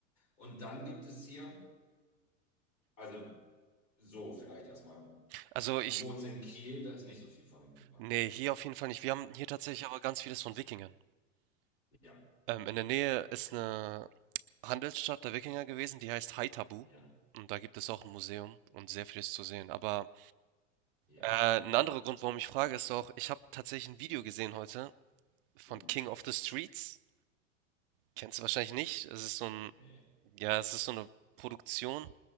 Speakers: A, on the left; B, on the right.
A: Und dann gibt es hier, also so vielleicht erstmal,
B: Also
A: du
B: ich,
A: wohnst in Kiel, da ist nicht so viel von den Römern.
B: nee, hier auf jeden Fall nicht. Wir haben hier tatsächlich
A: Ne?
B: aber ganz vieles von Wikingern.
A: Ja,
B: Ähm, in der Nähe ist eine Handelsstadt der Wikinger gewesen, die heißt Haithabu.
A: ja,
B: Und da gibt es auch ein Museum und sehr vieles zu sehen. Aber
A: ja.
B: äh, ein anderer Grund, warum ich frage, ist auch, ich habe tatsächlich ein Video gesehen heute von
A: Hm,
B: King of the Streets. Kennst du wahrscheinlich nicht. Es ist so ein,
A: nee.
B: ja, es ist so eine Produktion